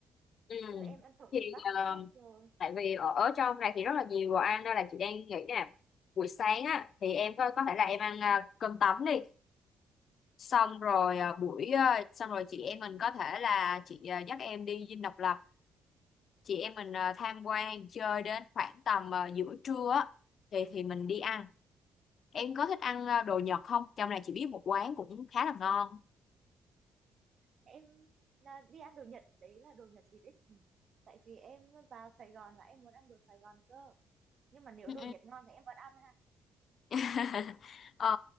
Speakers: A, on the left; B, on the right.
A: Ừ.
B: chứ em ăn phở
A: Thì
B: miền Bắc cũng
A: ờ,
B: quen rồi
A: tại vì ở, ở trong này thì rất là nhiều đồ ăn nên là chị đang nghĩ nè buổi sáng á thì em có có thể là em ăn à, cơm tấm đi xong rồi à, buổi à, xong rồi chị em mình có thể là chị à, dắt em đi Dinh Độc Lập chị em mình à, tham quan chơi đến khoảng tầm à, giữa trưa á thì thì mình đi ăn em có thích ăn à, đồ Nhật không trong này chị biết một quán cũng khá là ngon
B: em là đi ăn đồ Nhật đấy là đồ Nhật gì đấy chị nhỉ tại vì em vào Sài Gòn là em muốn ăn đồ Sài Gòn cơ nhưng mà nếu
A: Ừ.
B: đồ Nhật ngon thì em vẫn ăn ha
A: <laughs> Ờ,